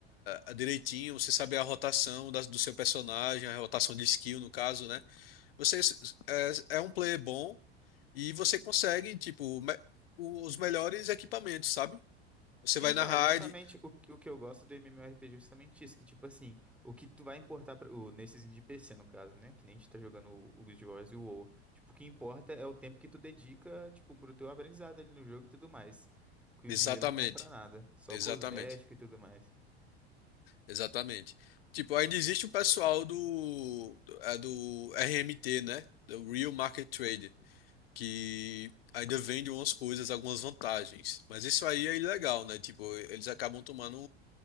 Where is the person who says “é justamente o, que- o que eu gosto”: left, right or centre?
Centre